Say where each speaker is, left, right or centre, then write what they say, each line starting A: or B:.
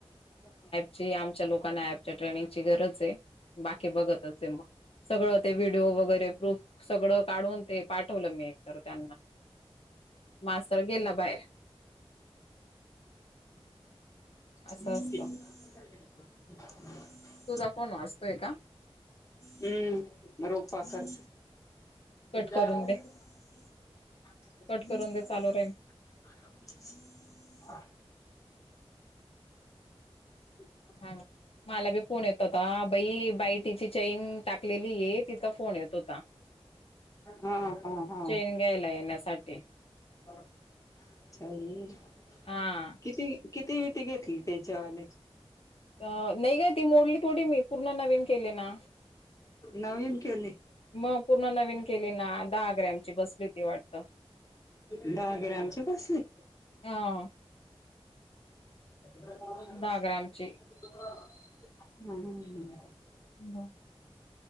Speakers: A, on the left (about 30°); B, on the left (about 65°).
A: ह ह
B: ची आमच्या लोकांना ऍपच्या ट्रेनिंगची गरज आहे बाकी बघतच आहे मग. सगळं ते व्हिडिओ वगैरे प्रुफ सगळं काढून ते पाठवलं मी तर त्यांना मास्तर गेला बाहेर.
A: <unintelligible>
B: असं असतं तुझा फोन वाजतोय का?
A: हम्म रूपा कर.
B: कट
A: त <unintelligible>
B: करून दे कट करून दे चालू राहील
A: हा <unintelligible>
B: हा मला बी पोण येत होता बाई बाईटीची चेन टाकलेली आहे. तिचा फोन येत होता
A: हा हा हा
B: चेन घ्यायला येण्यासाठी.
A: <unintelligible>
B: हा.
A: किती किती वीती घेतली ते जवानेची
B: अ नाही का ती मोडली थोडी मी पूर्ण नवीन केले ना.
A: नवीन केली.
B: मग पूर्ण नवीन केली ना दहा ग्रॅमची बसली ती वाटत
A: दहा ग्रमचे बसले.
B: हा.
A: <unintelligible>
B: दहा ग्रामची हम